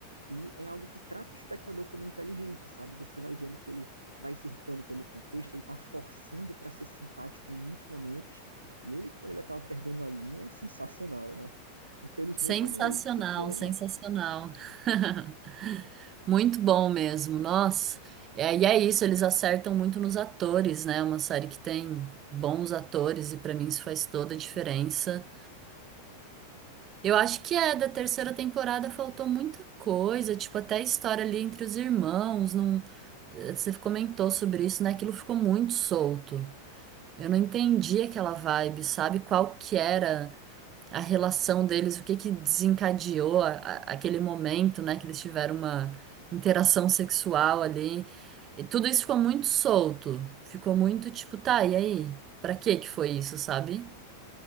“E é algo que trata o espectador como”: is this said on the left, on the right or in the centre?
Right